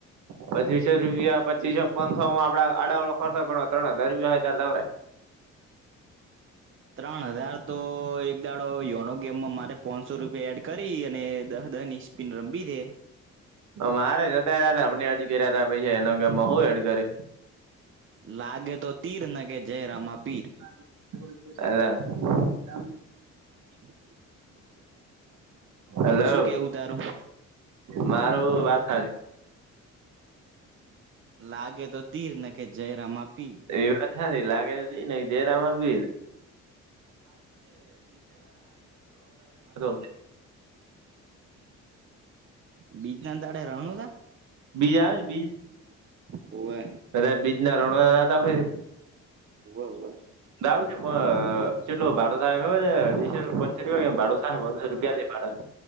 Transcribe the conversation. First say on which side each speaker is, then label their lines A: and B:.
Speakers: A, on the right; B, on the right.
A: પચીસો રૂપિયા પચીસો પંસો માં આપડા આડાવાડો ખર્ચો ગણો ત્રણ હજાર રૂપિયા હોયે ત્યારે જવાયે
B: ત્રણ હજાર તો એક દાડો યોનો ગેમમાં મારે પોણસો રૂપિયા એડ કરી અને દહ દહ ની ટિમ રમી હે
A: મારે જતા હતા હમને એડ કર્યા ત પછ એના હું એડ કરી
B: લાગે તો તીર ને કે જય રામા પીર
A: એટલે
B: <inaudible>
A: હલો
B: શું કેવું તારું
A: મારું વાત હ
B: લાગે તો તીર ન કે જય રામા પીર
A: એ વાત હારી લાગે તો તિર નહીં તો જય રામા પીર <unintelligible>
B: બીજના દહાડે રણું ત-
A: બીજ આવે ને બીજ
B: હોવે
A: કદાચ બીજના રણ આતા હોય.
B: હોવે હોવે
A: દાવું છે કેટલો ભાડું થહે ખબર છે પંચર રૂપિયા કે ભાડો થ રૂપિયા લે ભાડ